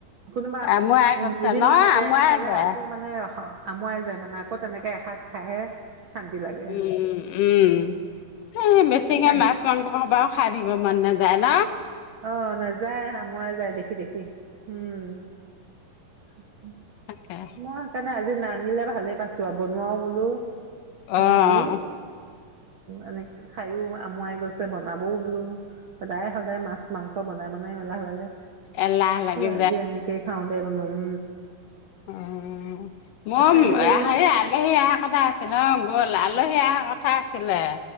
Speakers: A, on the right; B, on the left.
A: কোনোবা,
B: আমুৱাই গৈছে
A: দুদিনমান
B: ন
A: একেৰাহে
B: আমুৱাই
A: খালে
B: যায়।
A: আকৌ মানে অশ আমাৱায় যায় মানে আকৌ তেনেকে এসাঁজ খাইহে শান্তি লাগে।
B: উম, উম, সেই বেছিকে
A: সিহঁতি
B: মাছ মাংসও সদায় খাই থাকিব মন নাযায় ন।
A: অ, নাযায় আমুৱাই যায় দেখি দেখি, উম। <inaudible>
B: তাকে
A: মই সেইকাৰণে আ <unintelligible> নানিলে ভালে পাইছো আৰু বনোৱাও বোলো।
B: অ',
A: হেৰি এনে খায়ো আমুৱাই গৈছে বনাবও বোলো সদায় সদায় মাছ। মাংস বনাই বনাই এলাহ লাগে।
B: এলাহ লাগি
A: আজি এনেকেই খাওঁ দে বোলো উম।
B: উম
A: সিহঁতি
B: মোৰ
A: গ'ল
B: আলহী
A: নে
B: আহাৰ কথা আছিল অ', গ'ল আলহী আহা কথা আছিলে।